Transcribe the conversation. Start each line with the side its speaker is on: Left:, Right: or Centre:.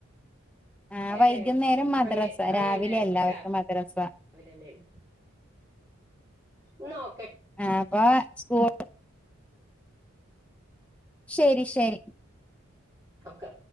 Centre: ആ വൈകുന്നേരം
Right: ഏഹ്
Centre: മദ്രസ
Right: അങ്ങെ അങ്ങനേണ്ലേ
Centre: രാവിലെ
Right: ഇവക്ക്
Centre: എല്ലാവർക്കും
Right: രാവ്
Centre: മദ്രസ
Right: വിലെന്നേണ് ന്നഓക്കെ
Centre: ആപ്പൊ സ്കൂൾ ശരി ശരി
Right: ഒക്കെ